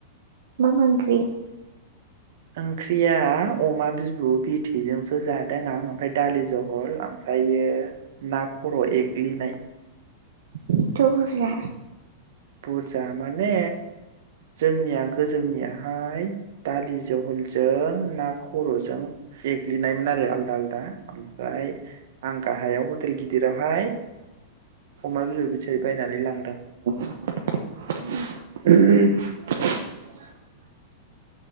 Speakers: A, on the right; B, on the right.
A: मा मा ओंख्रि
B: ओंख्रिया अमा बिबु बिथैजोंसो जादों आं ओमफ्राय दालि जहल ओमफ्रायो ना खर एग्लिनाय।
A: एथ बरजा
B: बुरजा माने जोंनिया गोजौनियाहाय दालि जहलजों ना खरजों एग्लिनायमोन आरो आलदा आलदा ओमफ्राय आं गाहायाव हटेल गिदिरावहाय। अमा बिदर बिथै बायनानै लांदों।
A: उ <inaudible>